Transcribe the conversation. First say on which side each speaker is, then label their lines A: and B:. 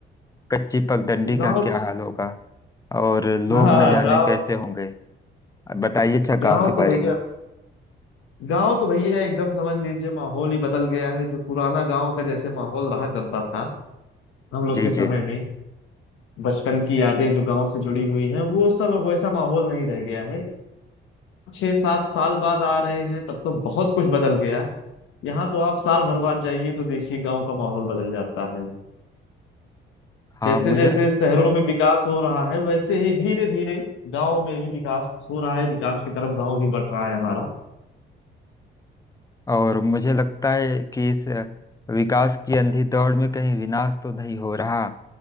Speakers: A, on the left; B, on the left.
A: कच्ची पगडंडी
B: गांव
A: का क्या हाल होगा और
B: हाँ
A: लोग
B: हाँ
A: न जाने
B: गांव
A: कैसे होंगे अब बताइए अच्छा
B: गांव
A: गांव के
B: तो
A: बारे
B: भैया
A: में
B: गांव तो भैया एकदम समझ लीजिए माहौल ही बदल गया है जो पुराना गांव का जैसे माहौल रहा करता था हम लोग
A: जी
B: के समय
A: जी
B: में बचपन की यादें जो गांव से जुड़ी हुई हैं वो सब अब वैसा माहौल नहीं रह गया है छह सात साल बाद आ रहे हैं तब तो बहुत कुछ बदल गया यहाँ तो आप साल भर बाद जाइए तो देखिए गांव का माहौल बदल जाता है
A: हाँ
B: जैसे
A: मुझे
B: जैसे शहरों में विकास हो रहा है वैसे ही धीरे धीरे गांव में भी विकास हो रहा है विकास की तरफ गांव भी बढ़ रहा है हमारा
A: और मुझे लगता है कि इस विकास की अंधी दौड़ में कहीं विनाश तो नहीं हो रहा